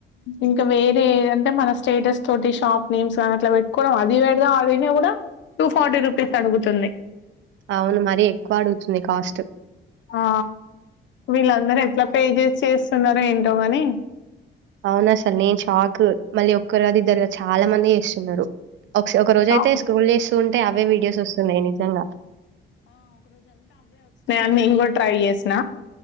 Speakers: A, on the left; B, on the right.
A: ఇంకా వేరే అంటే మన స్టేటస్ తోటి షాప్ నేమ్స్ కాని అట్లా పెట్టుకోవడం అది పెడగా అదినా కూడా టూ ఫార్టీ రూపీస్ అడుగుతుంది
B: అవును మర ఎక్కువ అడుగుతుంది కాస్ట్
A: ఆ వీళ్ళందరూ ఎట్లా పే చేసి చేస్తున్నారో ఏంటోగాని
B: అవునాసలు నేను షాక్ మళ్ళీ ఒక్కరుగాది ఇద్దరుగా చాలా మంది చేస్తున్నారు ఒక ఒక రోజ
A: ఆ
B: అయితే స్క్రోల్ చేస్తూ ఉంటే అవే వీడియోస్ వస్తున్నాయి నిజంగా
A: మేము కూడా ట్రై చేసిన